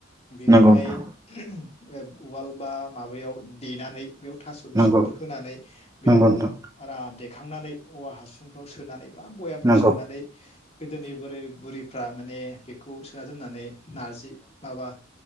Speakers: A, on the left; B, on the right.
A: बेखौहाय
B: नोंथां
A: ए उवाल बा माबायाव देनानै बेयाव थास' बिसुंफोर
B: नंगौ
A: होनानै बेयाव
B: नंगौ नोंथां
A: आराम दे खांनानै औवा हासुंफ्राव सोनानै बा भयामफ्राव
B: नंगौ
A: सोनानै गोदोनि बोराय बुरि फ्रा माने बेखौ सोना दोननानै नारजि माबा